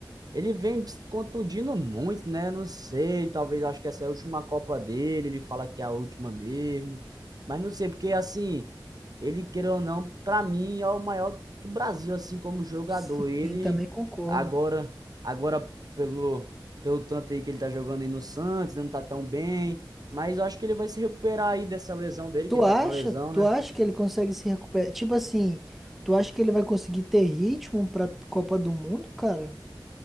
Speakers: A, on the right (about 50°); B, in the centre.
A: Ele vem se contundindo muito, né? Não sei, talvez acho que essa é a última Copa dele. Ele fala que é a última mesmo. Mas não sei, porque assim, ele, queira ou não, pra mim é o maior do Brasil, assim, como jogador.
B: Sim,
A: Ele
B: também concordo.
A: agora, agora pelo, pelo tanto aí que ele tá jogando aí no Santos, né, não tá tão bem. Mas eu acho que ele vai se recuperar aí dessa lesão dele,
B: Tu
A: que ele
B: acha?
A: tá com a lesão,
B: Tu
A: né?
B: acha que ele consegue se recuperar? Tipo assim, tu acha que ele vai conseguir ter ritmo pra Copa do Mundo, cara?